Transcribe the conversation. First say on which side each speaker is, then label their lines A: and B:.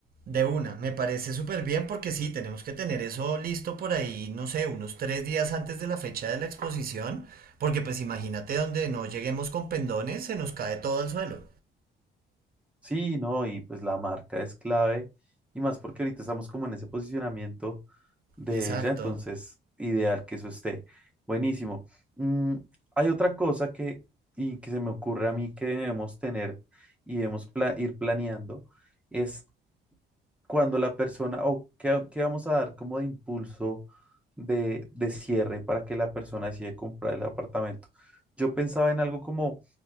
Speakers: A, on the right; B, in the centre.
A: De una, me parece súper bien porque sí, tenemos que tener eso listo por ahí, no sé, unos tres días antes de la fecha de la exposición, porque pues imagínate donde no lleguemos con pendones, se nos cae todo al suelo.
B: Sí, no, y pues la marca es clave, y más porque ahorita estamos como en ese posicionamiento de
A: Exacto.
B: ella, entonces ideal que eso esté. Buenísimo. Mm, hay otra cosa que, y que se me ocurre a mí que debemos tener y debemos pla- ir planeando, es cuando la persona, o qué, qué vamos a dar como de impulso de, de cierre para que la persona decida comprar el apartamento. Yo pensaba en algo como